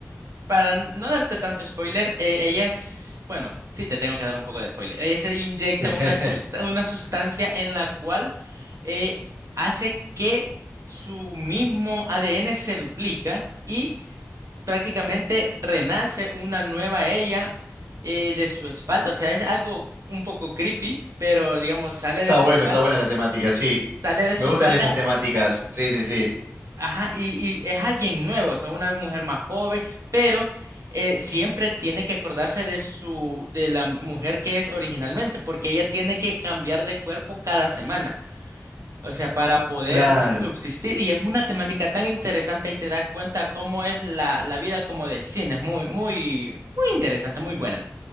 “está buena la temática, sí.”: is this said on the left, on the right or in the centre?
Right